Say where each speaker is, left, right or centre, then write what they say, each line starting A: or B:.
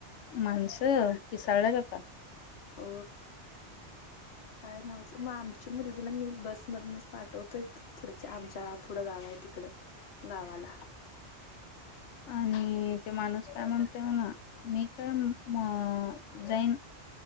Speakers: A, on the left; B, on the left.
A: माणसं पिसाळला ज आता
B: हो काय नव्हचं मग आमच्या मुलगीला मी बसमधूनच पाठवतोय पुढच्या आमच्या पुढं गाव आहे तिकडे गावाला
A: आणि ते माणूस काय म्हणतो ना मी काय म जाईन